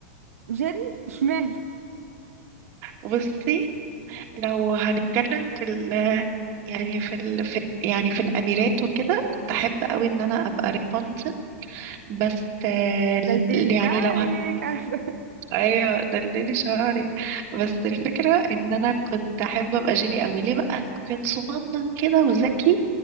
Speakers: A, on the right; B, on the right.
A: جيري اشمعنى
B: بصي لو هنتكلم في ال يعني في ال في يعني في الاميرات وكده كنت احب قوي ان انا ابقى رابنزل بس آه ال-
A: دلدلي
B: يعني
A: تعارك
B: لو ه...
A: عارفة
B: ايوه دلدلي شعرك بس الفكرة ان انا كنت احب ابقى جيري قوي ليه بقى كنت صغنن كده وذكي